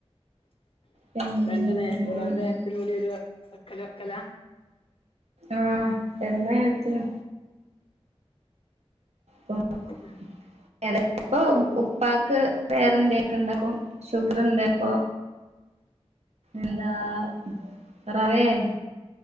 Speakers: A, on the right (about 85°); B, on the left (about 60°).
A: പിന്നെ
B: രണ്ട് നേരം രണ്ട് നേരത്തീനുകൂടിഒരുവെക്കല് വെക്കലാ വക്കല
A: ആഹ എന്നെരാത്തിനു വഹ
B: ഉം
A: ചിലപ്പൊ ഉപ്പക്ക് വേറെ എന്തൊക്കെ ഉണ്ടാക്കും ഷുഗർന്ത ഇപ്പൊ എന്താ <inaudible>
B: ആഹ്